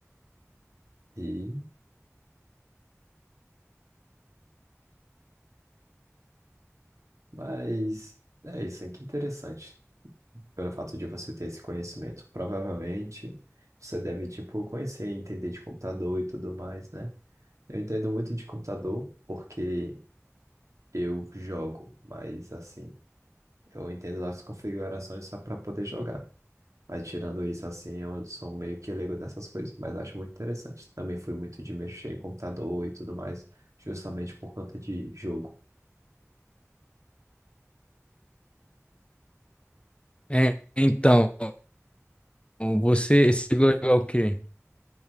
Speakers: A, on the right (about 80°); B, on the left (about 20°).
A: E... Mas é isso, hein? Que interessante. pelo fato de você ter esse conhecimento. Provavelmente você deve, tipo, conhecer e entender de computador e tudo mais, né? Eu entendo muito de computador porque eu jogo, mas assim, eu entendo as configurações só para poder jogar. Mas tirando isso, assim, eu sou meio que leigo dessas coisas, mas acho muito interessante. Também fui muito de mexer em computador e tudo mais, justamente por conta de jogo.
B: É, então, você, você gosta de jogar o quê?